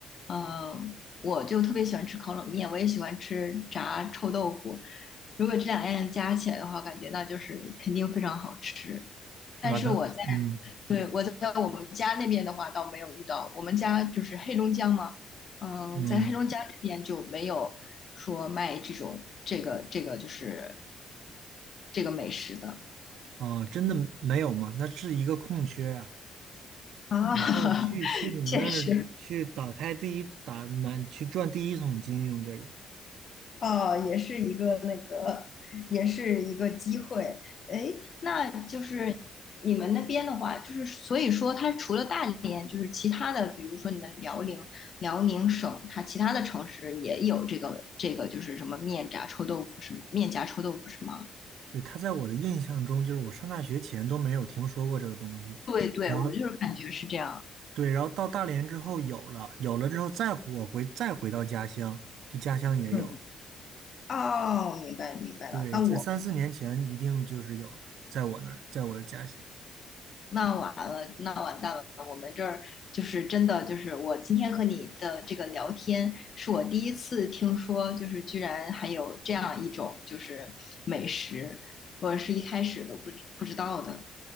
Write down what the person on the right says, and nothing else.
十八那嗯
嗯
啊，真的没有吗？那是一个空缺啊。
以后去去你们那儿去打开第一打满去赚第一桶金用这个。
对，它在我的印象中，就是我上大学前都没有听说过这个东西，
然后
对，然后到大连之后有了，有了之后再我回再回到家乡，就家乡也有。
对，
在三四年前一定就是有的，在我那儿，在我的家乡。